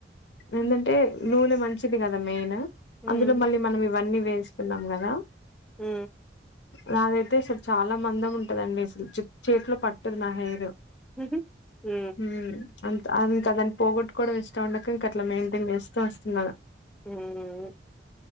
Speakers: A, on the left; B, in the centre.
A: ఏందంటే నూనె మంచిది కదా మెయిన్
B: ఉమ్
A: అందులో మళ్ళీ మనం ఇవన్నీ వేస్తున్నాం గదా
B: ఊ
A: నాదైతే అసలు చాలా మందం ఉంటదండి అసలు జుట్ చేతిలో పట్టదు నా హెయిర్
B: ఉ హు.. ఊ
A: హ్మ్ అంత అంత దాన్ని పోగొటువడం ఇష్టం ఉండక ఇంక అట్లా మెయింటైన్ చేస్తూ వస్తున్నా
B: ఊ.. ఉ